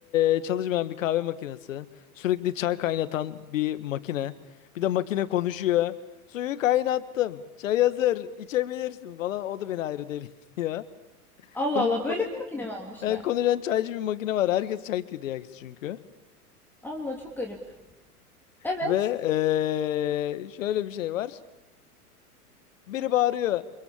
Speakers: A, on the left; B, in the centre.
A: eee, çalışmayan bir kahve makinesi, sürekli çay kaynatan bir makine, bir de makine konuşuyor. Suyu kaynattım, çay hazır, içebilirsin falan. O da beni ayrı deli <laughs> ya.
B: Allah
A: Konuş,
B: Allah böyle
A: konuş,
B: bir makine mi almışlar?
A: e, konuşan çaycı bir makine var. Herkes çay tiryakisi çünkü.
B: Allah çok garip. Evet.
A: Ve eee, şöyle bir şey var. Biri bağırıyor.